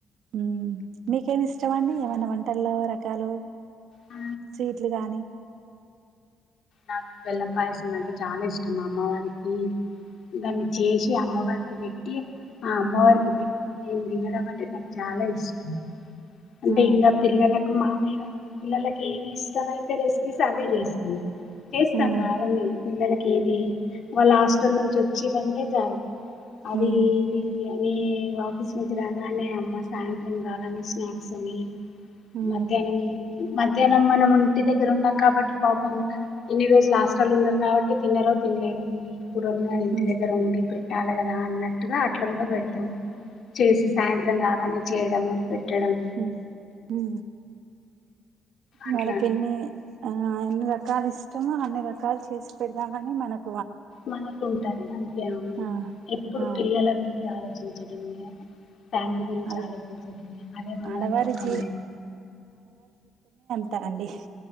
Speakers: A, on the right; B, on the left.
A: హ్మ్ మీకేమి ఇస్ ష్టం
B: చేస్తాను.
A: అండి ఏమన్నా వంట లో రకాలు
B: ఆ,
A: స్వీట్లు గానీ
B: నాకు బెల్లం పాయసం అంటే చాలా ఇష్టం. అమ్మవారికి దాన్ని చేసి అమ్మవారికి పెట్టి, ఆ అమ్మవారికి
A: హ్మ్.
B: పెట్టి నేను తినడం అంటే నాకు చాల ఇష్టం. అంటే
A: ఆ!
B: ఇంగ పిల్లల మామయ్య గారి పిల్లలకి ఏమి ఇష్టమైతే రెసిపీస్ అవే చేస్తాం చేస్తాం
A: హ్మ్.
B: బాగనే పిల్లలకి ఏది వాళ్ళ హాస్టల్ నుంచి వచ్చిరంటే చాలు, అది
A: హ్మ్.
B: ఇది కానీ ఆఫీస్ నుంచి రాగానే అమ్మ సాయంత్రం కాగానే స్నాక్స్ అని
A: హ్మ్.
B: మధ్యాహ్నం మేమ్ మధ్యాహ్నం మనం ఇంటి దగ్గర ఉన్నం కాబట్టి పాపం ఇన్ని రోజులు హాస్టల్లో ఉన్నారు కాబట్టి తిన్నారో తినలేదో ఇప్పుడున్న ఇంటి
A: హ్మ్.
B: దగ్గర ఒండి పెట్టి రాలే కదా అన్నట్టుగా అట్లా కూడ పెడతాం. చేసి సాయంత్రం కాగానే చేయడము పెట్టడం
A: మ్ఁ మ్ఁ
B: అట్లా
A: మనకెన్నీ ఆ ఎన్ని రకాలు ఇష్టమో, అన్ని రకాలు చేసి పెడదాం కాని మనక్
B: మనకుంటది అంతే అవును
A: ఆ!
B: ఎప్పుడు
A: ఆ!
B: పిల్లల గురిం చి ఆలోచించడమే ఫ్యామిలీ గురించి
A: అది
B: ఆలోచించడమే, అదే మన
A: ఆడవారి
B: లోకము.
A: జీ తా అండి